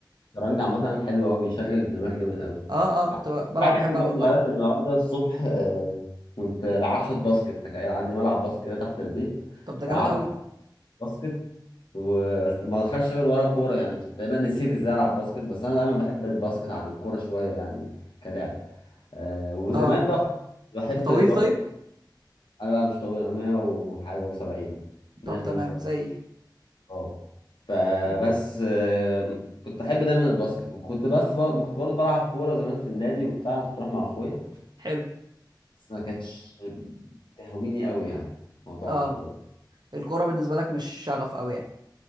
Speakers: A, on the left; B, on the right.
A: الشطرنج عامة حلو أوي بيشغل الدماغ جامد أوي
B: اه اه كنت ب- بلعب
A: حاجة
B: بحب
A: في
B: العب
A: برضه
B: اونلاين
A: غلط النهاردة الصبح آه، كنت لعبت شوط باسكت تخيل عندي ملعب باسكت كده تحت البيت
B: طب ده جامد
A: لعبت
B: قوي
A: شوط باسكت وما دخلش غير ورا كورة يعني تقريبا نسيت ازاي العب باسكت بس انا دايما بحب الباسكت عن الكورة شوية يعني كلاعب آه، وزمان
B: اه
A: بقى بحب
B: انت طويل
A: برضه
B: طيب
A: انا بقى مش طويل انا 100 وحاجة و70 173
B: طب تمام زي
A: اه فبس آه، كنت احب دايما الباسكت وكنت بس ب... كنت برضه بلعب كورة زمان في النادي وبتاع كنت بروح مع اخويا
B: حلو
A: بس ما كانتش تهويني قوي يعني موضوع
B: اه
A: الكورة ده
B: الكوره بالنسبه لك مش شغف قوي يعني